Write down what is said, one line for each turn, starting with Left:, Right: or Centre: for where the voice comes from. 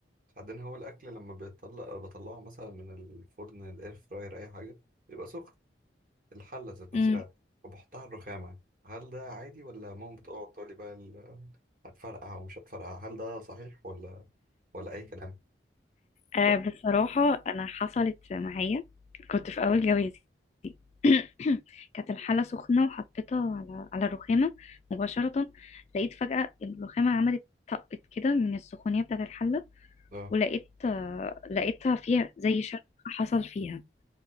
Right: عندنا هو الاكل لما بيطلع بطلعه مثلا من الفرن الاير فراير اي حاجه بيبقى سخن الحله ذات نفسها
Left: <laughs>
Right: وبحطها على الرخامه هل ده عادي ولا ماما بتقعد تقول لي بقى ال- هتفرقع ومش هتفرقع هل ده صحيح ولا ولا اي كلام
Left: آه بصراحة أنا حصلت معايا كنت في أول جوازي <clears throat> كانت الحلة سخنة وحطيتها على على الرخامة مباشرة لقيت فجأة الرخامة عملت طقت كده من السخونية بتاعة الحلة
Right: اه
Left: ولقيت آه لقيتها فيها زي شرخ حصل فيها